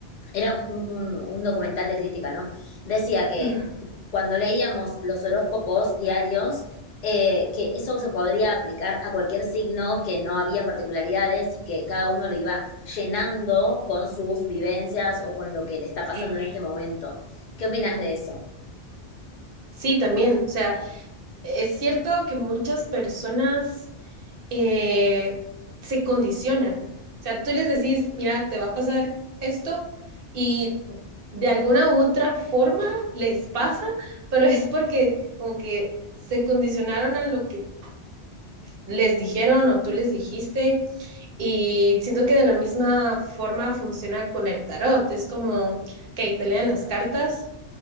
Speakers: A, on the left (about 50°); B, on the right (about 60°).
A: era un, un- un documental de crítica, ¿no? Decía que
B: ujú.
A: cuando leíamos los horóscopos diarios, eh, que eso se podría aplicar a cualquier signo, que no había particularidades y que cada uno lo iba llenando con sus vivencias o con lo que le está
B: Sí.
A: pasando en este momento. ¿Qué opinas de eso?
B: Sí, también, o sea, es cierto que muchas personas eh, se condicionan. O sea, tú les decís, mira, te va a pasar esto y de alguna u otra forma les pasa, pero es porque como que se condicionaron a lo que les dijeron o tú les dijiste y siento que de la misma forma funciona con el tarot. Es como, ok, te leen las cartas